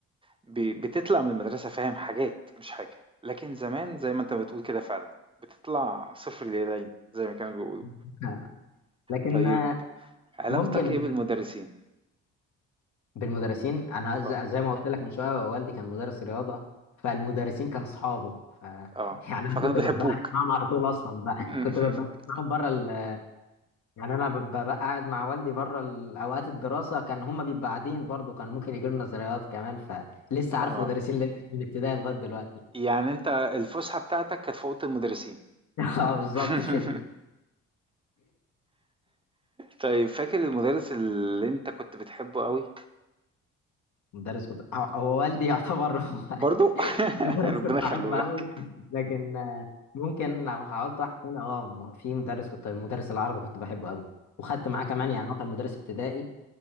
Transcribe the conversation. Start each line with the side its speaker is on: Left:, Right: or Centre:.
Right: ب- بتطلع من المدرسه فاهم حاجات مش حاجه لكن زمان زي ما انت بتقول كده فعلا بتطلع صفر اليدين زي ما كانوا بيقولوا
Left: <laughs> لكن
Right: طيب
Left: آه،
Right: علاقتك
Left: ممكن
Right: ايه بالمدرسين
Left: بالمدرسين انا ز-
Right: اه
Left: زي ما قلت لك من شويه والدي كان مدرس رياضه فالمدرسين كانوا اصحابه ف <laughs>
Right: اه
Left: يعني
Right: فكانوا
Left: انا كنت
Right: بيحبوك
Left: ببقى قاعد معاهم على طول اصلا بقى كنت
Right: <laughs>
Left: ببقى معاهم بره ال... يعني انا ببقى بقى قاعد مع والدي بره ال- اوقات الدراسه كان هم بيبقوا قاعدين برضه كانوا ممكن يجوا لنا زيارات كمان فلسه عارف
Right: اه
Left: مدرسين ل- من ابتدائي لغايه دلوقتي
Right: يعني انت الفسحه بتاعتك كانت في اوضه المدرسين
Left: <laughs> اه بالظبط
Right: <laughs>
Left: كده
Right: طيب فاكر المدرس اللي انت كنت بتحبه قوي
Left: مدرس كنت هو هو والدي يعتبر
Right: برضو
Left: <laughs>
Right: <laughs>
Left: بس
Right: ربنا
Left: كنت
Right: يخليه
Left: بحبه
Right: لك
Left: قوي لكن آه، ممكن لو هقعد واحد تاني اه م- في مدرس كنت مدرس العربي كنت بحبه قوي وخدت معاه
Right: طب
Left: كمان يعني هو كان مدرس ابتدائي